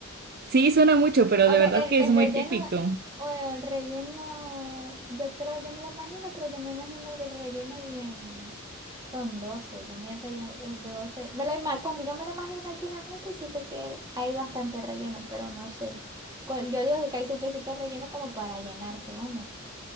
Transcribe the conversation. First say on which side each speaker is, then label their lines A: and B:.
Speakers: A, on the right; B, on the right.
A: Sí, suena mucho, pero
B: O
A: de
B: sea,
A: verdad
B: el,
A: que
B: el
A: es muy
B: relleno,
A: típico.
B: o el relleno, yo creo, yo me lo imagino, pero yo me imagino que el relleno bien. Frondoso, yo me relle- eh, veo ese, me la ima- cuando yo me lo imagino aquí en la mente, siento que hay bastante relleno, pero no sé. Co- Yo digo que hay suficiente relleno como para llenarse uno.